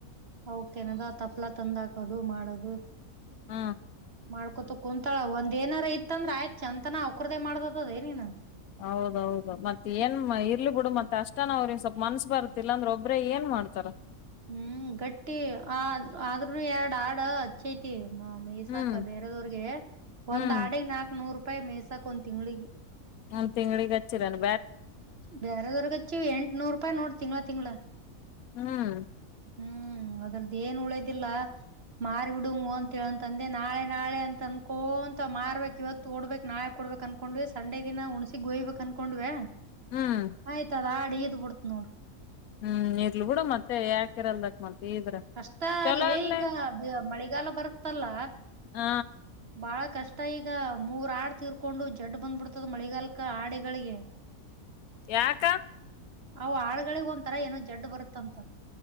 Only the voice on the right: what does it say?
ಔಕ್ ಏನದ ತಪಲ ತಂದ್ ಹಾಕುವುದು ಮಾಡೋದು
ಮಾಡ್ಕೊತ್ ಕುಂತೋಳ್ ಒಂದೇನಾರ ಇತ ಅಂದ್ರ ಚತನ ಅವುಕರದೆ ಮಾಡ್ದ ಅದ ಏನ ಇನ
ಹ್ಮ ಗಟ್ಟಿ ಆ ಆದ್ರುನು ಎರಡ್ ಆಡ ಹಚೈತಿ. ಮಾ ಮೈಸಾಕಾ
ಬೆರೆದವರಿಗೆ
ಒಂದು ಆಡಿಗ್ ನಾಕ ನೂರು. ಪೈ ಮೆಸಾಕ್ ಒಂದ್ ತಿಂಗ್ಳಿಗೆ
ಬ್ಯಾರದವರಿಗೆ ಹಚ್ಚಿವಿ ಎಂಟನೂರರುಪಾಯಿ ನೋಡ ತಿಂಗಳ ತಿಂಗಳ
ಹ್ಮ ಅದರದೇನು ಉಳಿಯಂಗಿಲ್ಲ ಮಾರ್ಬೇಡಮ್ಮ ಅಂತ ಹೇಳಂದಿನಿ ನಾಳೆ ನಾಳೆ ಅಂತ ಅನ್ಕೊಂತ್ ಮಾರ್ಬೇಕು ಇವತ್ತು ಕೊಡಬೇಕು ನಾಳೆ ಕೊಡಬೇಕು ಅಂತ ಅನ್ಕೊಂತ ಸಂಡೆ ದಿನ ಹುಣಸಿ ವೈ ಬೇಕ ಅನ್ಕೊಂಡಿವ್ಯ
ಆಯ್ತಾಳ್ ಆಡ್ ತೀದ್ ಬುಡ್ತ್ ನೋಡು.
ಅಷ್ಟ
ಲೆ
ಈಗ ಮಳೆಗಾಲ ಬರುತ್ತಲ್ಲ
ಬಾಳ್ ಕಷ್ ತೈಗ ಈಗ ಮುರಾಡ್ ತೀರಿಕೊಂಡು ಝೆಡ್ ಬಂದ್ಬಿಡ್ತು ಮಳೆಗಾಲಕ್ ಕ ಆಡಗಳಿಗೆ
ಅವು ಹಾಡುಗಳಿಗೇನೋ ಒಂತರ ಜೆಡ್ ಬರತಂತ.